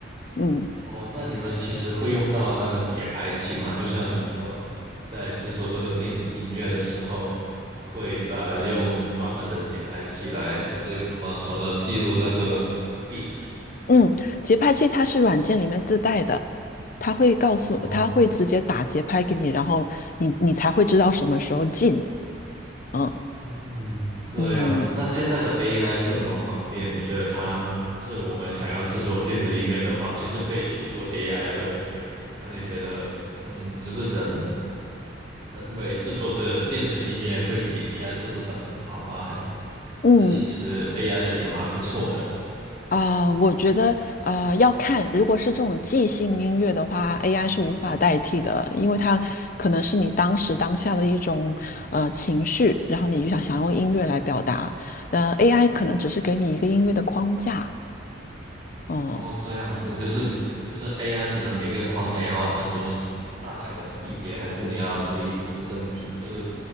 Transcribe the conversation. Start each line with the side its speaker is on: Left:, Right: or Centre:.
Left: 嗯
Right: 哦，那你们其实会用到那个节拍器吗？就像你说，在制作这个电子音乐的时候，会呃用专门的节拍器来，就是怎么说呢，记录那个 beat。
Left: 嗯，节拍器它是软件里面自带的，它会告诉，
Right: 哦，
Left: 它会直接打节拍给你，然后你你才会知道什么时候进。嗯
Right: 嗯，这样子。
Left: 嗯
Right: 那现在的 AI 这么方便，你觉得它就是我们想要制作电子音乐的话，其实可以求助 AI 啊，对不对？那你觉得，嗯，就是人人为制作的电子音乐会比 AI 制作的更好吗？还是还是其实
Left: 嗯。
Right: AI 的也蛮不错的？
Left: 啊、我觉得呃要看，如果是这种即兴音乐的话，AI 是无法代替的，因为它可能是你当时当下的一种呃情绪，然后你就想想用音乐来表达，呃，AI 可能只是给你一个音乐的框架，嗯，
Right: 哦，这样子就是就是 AI 只能给个框架，然后很多大小的细节还是你要自己逐帧逐，就是